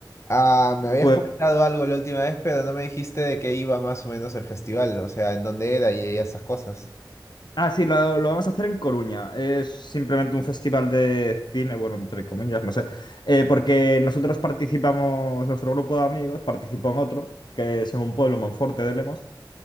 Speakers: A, on the left; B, on the left.
A: Ah, me habías
B: Pues,
A: comentado algo la última vez, pero no me dijiste de qué iba más o menos el festival, o sea, en dónde era y esas cosas.
B: ah, sí, lo, lo vamos a hacer en Coruña. Es simplemente un festival de cine, bueno, entre comillas, no sé. Eh, porque nosotros participamos, nuestro grupo de amigos participó en otro, que es en un pueblo, Monforte de Lemos.